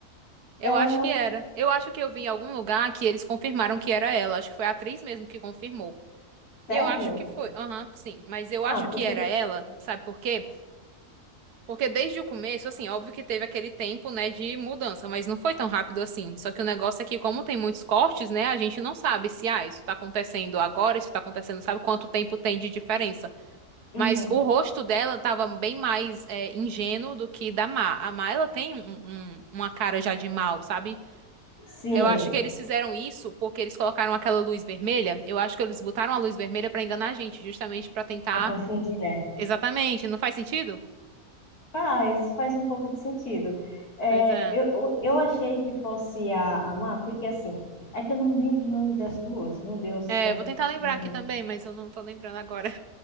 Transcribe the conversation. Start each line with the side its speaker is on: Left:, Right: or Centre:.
Right: Eu
Left: Ela
Right: acho
Left: não.
Right: que era. Eu acho que eu vi em algum lugar que eles confirmaram que era ela. Acho que foi a atriz mesmo que confirmou. Eu
Left: Sério?
Right: acho que foi. Aham, sim. Mas eu
Left: Ah,
Right: acho que
Left: porque.
Right: era ela. Sabe por quê? Porque desde o começo, assim, óbvio que teve aquele tempo, né, de mudança, mas não foi tão rápido assim. Só que o negócio é que, como tem muitos cortes, né, a gente não sabe se, ah, isso tá acontecendo agora, isso tá acontecendo, sabe quanto tempo tem de diferença.
Left: Uhum.
Right: Mas o rosto dela tava bem mais é, ingênuo do que da Má. A Má, ela tem um- um- uma cara já de mal, sabe?
Left: Sim,
Right: Eu acho que eles fizeram isso porque eles colocaram aquela luz vermelha. Eu acho que eles botaram a luz vermelha pra enganar a gente, justamente pra tentar.
Left: já confundi, né?
Right: Exatamente, não faz sentido?
Left: Faz, faz um pouco de sentido. É,
Right: Pois é.
Left: eu, eu eu achei que fosse a, a Má, porque assim, é que eu não lembro o nome das duas. Meu Deus do
Right: É,
Left: céu, que
Right: vou tentar
Left: que
Right: lembrar
Left: nome.
Right: aqui também, mas eu não tô lembrando agora.